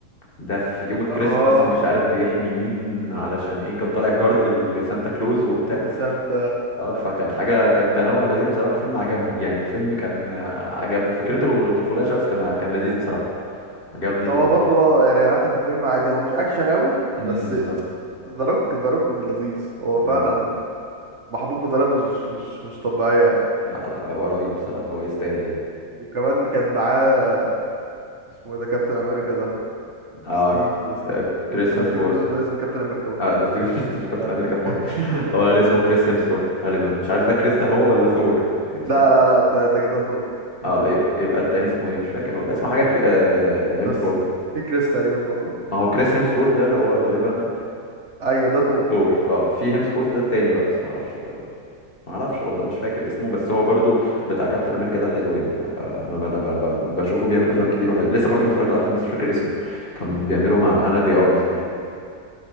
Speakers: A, on the left; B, on the right.
A: ده في يوم الكريسماس
B: اه
A: مش عارف بيحمي مين علشان ايه كان طالع جارد لسانتا كلوز وبتاع
B: ديسنت
A: اه فكان حاجة كان تنوع لذيذ بصراحة الفيلم عجبني يعني الفيلم كان آه، عجبني فكرته طفولية شوية بس كان كان لذيذ بصراحة عجبني
B: هو
A: اللي في الفيلم
B: برضو اه يعني حتى في الفيلم عادي هو مش اكشن قوي
A: امم
B: بس
A: بالظبط
B: ذا روك ذا روك لذيذ هو
A: بالظبط
B: فعلا محبوب بطريقه مش مش مش طبيعيه يعني
A: لا لا، هو رهيب بصراحة هو يستاهل يعني
B: وكمان كان معاه اسمه ايه ده كابتن امريكا ده
A: اه
B: ستيف ستيف
A: آه،
B: روجر
A: كريس
B: لا
A: هيمثورث
B: ستيف روجر ده اسمه كابتن امريكا برضه
A: اه ده ستيف <laughs> كابتن
B: آه.
A: امريكا في
B: <laughs>
A: مارفل هو اللي اسمه كريس هيمثورث غالبا مش عارف ده كريس ده هو ولا ثور اسمه
B: لا لا لا انت ده ده ثور
A: اه
B: انت قلت
A: يبقى يبقى التاني اسمه ايه مش فاكر والله اسمه حاجه كري... آه... هيمثورث
B: بس في كريس تقريبا برضه
A: ما هو كريس هيمسورث ده اللي هو غالبا
B: ايوه ده ثور
A: ثور اه في هيمسورث ده التاني بقى بس ما اعرفش بقى برضه ما اعرفش والله مش فاكر اسمه بس هو برضو بتاع كابتن امريكا ده حلو يعني انا بقى انا بقى انا بقى بقى بشوفه بيعمل افلام
B: مم.
A: كتير وحلو لسه برضو متفرج له على فيلم بس مش فاكر اسمه كان بيعمله مع انا دي ارمز دي